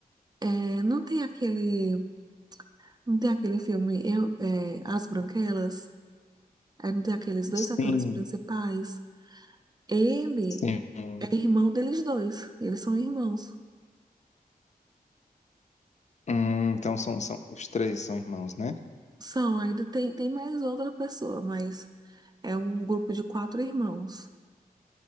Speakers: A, on the right; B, on the left.
A: É, não tem aquele. Não tem aquele filme eu, é, As Branquelas? Aí não tem aqueles dois
B: Sim,
A: atores principais? Ele
B: sim.
A: é irmão deles dois. Eles são irmãos.
B: Hum, então são, são os três são irmãos, né?
A: São, ainda tem, tem mais outra pessoa, mas é um grupo de quatro irmãos.